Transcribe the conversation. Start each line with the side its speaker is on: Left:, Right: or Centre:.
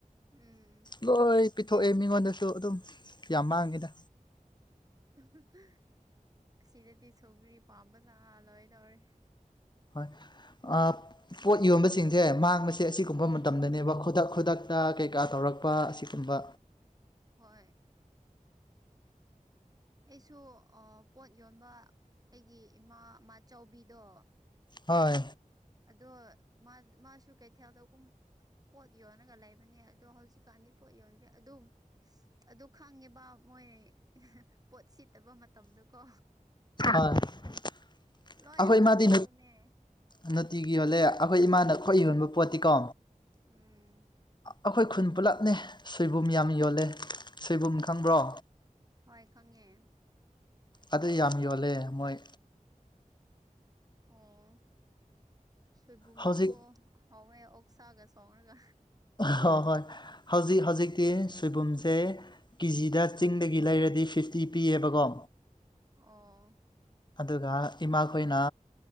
Right: ꯎꯝ
Left: ꯂꯣꯏ ꯄꯤꯊꯣꯛꯑꯦ ꯃꯤꯉꯣꯟꯗꯁꯨ ꯑꯗꯨꯝ ꯌꯥꯝ ꯃꯥꯡꯉꯤꯗ
Right: <unintelligible> ꯑꯁꯤꯗꯗꯤ ꯁꯧꯒ꯭ꯔꯤ ꯄꯥꯝꯕꯅ ꯂꯣꯏꯗꯧꯔꯦ
Left: ꯍꯣꯏ ꯑꯥ ꯄꯣꯠ ꯌꯣꯟꯕꯁꯤꯡꯁꯦ ꯃꯥꯡꯕꯁꯤ ꯁꯦ ꯑꯁꯤꯒꯨꯝꯕ
Right: ꯎꯝ
Left: ꯃꯇꯝꯗꯅꯦꯕ ꯈꯨꯗꯛ ꯈꯨꯗꯛꯇ ꯀꯩꯀꯥ ꯇꯧꯔꯛꯄ ꯑꯁꯤꯒꯨꯝꯕ
Right: ꯍꯣꯏ ꯑꯩꯁꯨ ꯑꯥ ꯄꯣꯠ ꯌꯣꯟꯕ ꯑꯩꯒꯤ ꯏꯃꯥ ꯃꯥꯆꯧꯕꯤꯗꯣ
Left: ꯍꯣꯏ
Right: ꯑꯗꯣ ꯃꯥ ꯃꯥꯁꯨ ꯀꯩꯊꯦꯜꯗ ꯀꯨꯝ ꯄꯣꯠ ꯌꯣꯟꯂꯒ ꯂꯩꯕꯅꯦ ꯑꯗꯣ ꯍꯧꯖꯤꯛꯀꯥꯟꯗꯤ ꯄꯣꯠ ꯌꯣꯟꯗ꯭ꯔꯦ ꯑꯗꯨ ꯑꯗꯨ ꯈꯪꯉꯦꯕ ꯃꯣꯏ ꯄꯣꯠ ꯁꯤꯠꯇꯕ ꯃꯇꯝꯗꯀꯣ
Left: ꯑ ꯑꯩꯈꯣꯏ
Right: ꯂꯣꯏ ꯍꯨꯟꯗꯣꯛꯄꯅꯦ
Left: ꯃꯥꯗꯤ ꯅꯨꯡꯇꯤꯒꯤ ꯌꯣꯜꯂꯦ ꯑꯩꯈꯣꯏ ꯏꯃꯥꯅ ꯈꯣꯏ ꯌꯣꯟꯕ ꯄꯣꯠꯇꯤꯀꯣ
Right: ꯎꯝ
Left: ꯑꯩꯈꯣꯏ ꯈꯨꯟ ꯄꯨꯂꯞꯅꯦ ꯁꯣꯏꯕꯨꯝ ꯌꯥꯝ ꯌꯣꯜꯂꯦ ꯁꯣꯏꯕꯨꯝ ꯈꯪꯕ꯭ꯔꯣ
Right: ꯍꯣꯏ ꯈꯪꯉꯦ
Left: ꯑꯗꯨ ꯌꯥꯝ ꯌꯣꯜꯂꯦ ꯃꯣꯏ
Right: ꯑꯣ ꯁꯣꯏꯕꯨꯝꯁꯨ
Left: ꯍꯧꯖꯤꯛ
Right: ꯍꯥꯎꯋꯦ ꯑꯣꯛꯁꯥꯒ ꯁꯣꯡꯔꯒ
Left: ꯍꯣꯏ ꯍꯣꯏ ꯍꯧꯖꯤꯛ ꯍꯧꯖꯤꯛꯇꯤ ꯁꯣꯏꯕꯨꯝꯁꯦ ꯀꯤꯖꯤꯗ ꯆꯤꯡꯗꯒꯤ ꯂꯩꯔꯗꯤ ꯐꯤꯐꯇꯤ ꯄꯤꯌꯦꯕꯀꯣ
Right: ꯑꯣ
Left: ꯑꯗꯨꯒ ꯏꯃꯥꯈꯣꯏꯅ